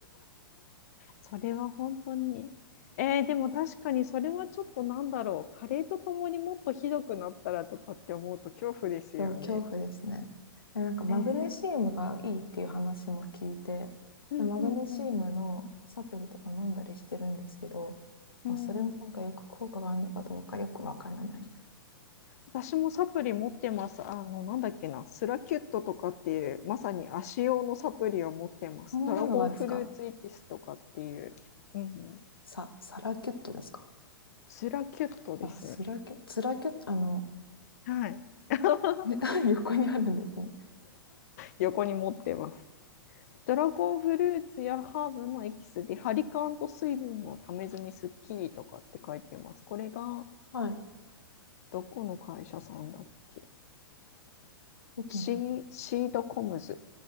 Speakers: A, on the left; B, on the left.
A: それは本当に。えーでも確かにそれはちょっとなんだろう。加齢とともにもっとひどくなったらとかって思うと恐怖ですよね。
B: そう、恐怖ですね。でなんかマグネシウムがいいっていう話も聞いて、
A: えー、うんうんうん。
B: で、マグネシウムのサプリとか飲んだりしてるんですけど、
A: うん
B: まあ、それもなんかよく効果があるのかどうかよくわからない。
A: 私もサプリ持ってます。あの、なんだっけな、スラキュットとかっていう、まさに足用のサプリを持ってます。
B: そんなのがあるんですか
A: ドラゴンフルーツエキスとかっていう、うん、
B: さ、サラキュットですか
A: スラキュットですね。
B: あ、スラキュ、ツラキュット、あの、
A: はい。<laughs>
B: え <laughs> 横にあるんですね。
A: 横に持ってます。ドラゴンフルーツやハーブのエキスで、ハリカンと水分をためずにスッキリとかって書いてます。これが、
B: はい。
A: どこの会社さんだっけ
B: できます
A: シー、シードコムズ